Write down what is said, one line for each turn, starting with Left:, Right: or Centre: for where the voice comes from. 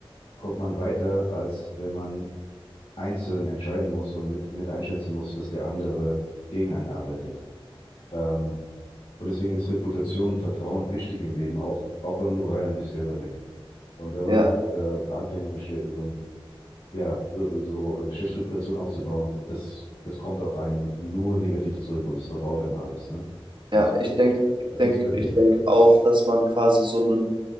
Left: kommt man weiter, als wenn man einzeln entscheiden muss und mit, mit einschätzen muss, dass der andere gegen einen arbeitet. Ähm, und deswegen ist Reputation und Vertrauen wichtig im Leben, auch, auch wenn man nur rein an sich selber denkt. Und wenn
Right: ja,
Left: man halt äh, anfängt, eine, schle- so ein Ja, so, so eine schlechte Reputation aufzubauen, das, das kommt auf einen nur negativ zurück und es verbaut einem alles. Ne? Und
Right: ja.
Left: das andere,
Right: Ich denke, ich
Left: was denkst
Right: denk,
Left: du denn?
Right: ich denk auch, dass man quasi so einen,